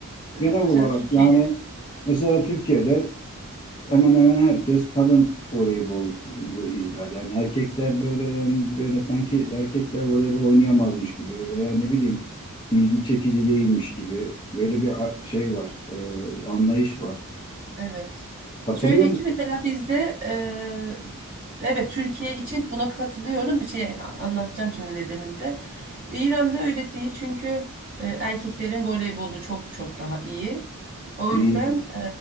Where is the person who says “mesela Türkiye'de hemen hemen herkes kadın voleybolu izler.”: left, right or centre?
Left